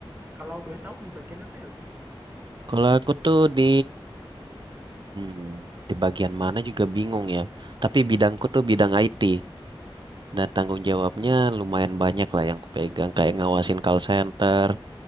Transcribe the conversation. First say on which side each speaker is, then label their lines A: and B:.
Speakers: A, on the right; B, on the right.
A: kalau boleh tahu di bagian apa ya bang?
B: Kalau aku tuh di hmm, di bagian mana juga bingung ya. Tapi bidangku tuh bidang IT. Dan tanggung jawabnya lumayan banyak lah yang kupegang, kayak ngawasin call center,